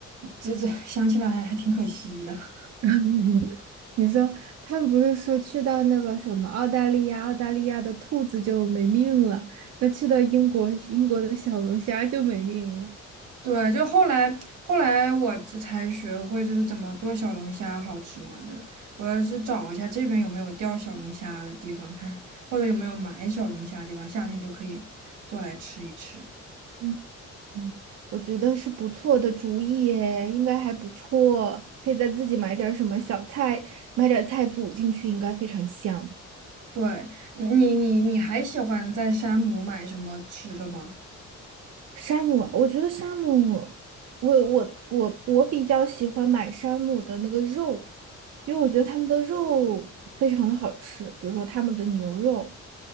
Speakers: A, on the right; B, on the right.
A: 这这想起来还还挺可惜的。<laughs>
B: <laughs> 你说他们不是说去到那个什么澳大利亚，澳大利亚的兔子就没命了，那去到英国，英国的小龙虾就没命了。
A: 对，就后来后来我这才学会就是怎么做小龙虾好吃嘛的。我要是找一下这边有没有钓小龙虾的地方看，或者有没有买小龙虾的地方，夏天就可以做来吃一吃。
B: 嗯嗯，我觉得是不错的主意耶，应该还不错，可以再自己买点儿什么小菜，买点儿菜煮进去，应该非常香。
A: 对，你你你还喜欢在山姆买什么吃的吗？
B: 山姆，我觉得山姆，我我我我比较喜欢买山姆的那个肉，因为我觉得他们的肉非常的好吃，比如说他们的牛肉。